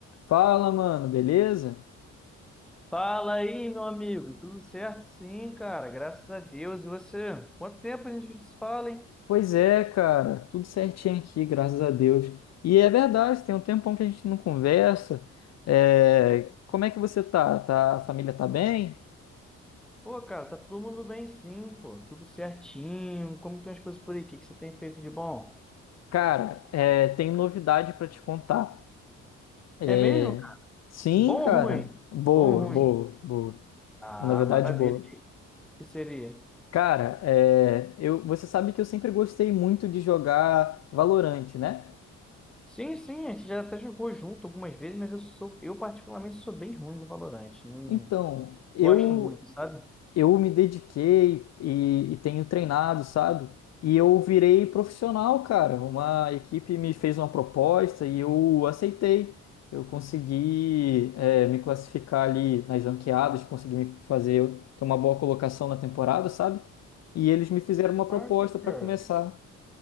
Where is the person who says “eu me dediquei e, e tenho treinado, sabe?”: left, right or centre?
Left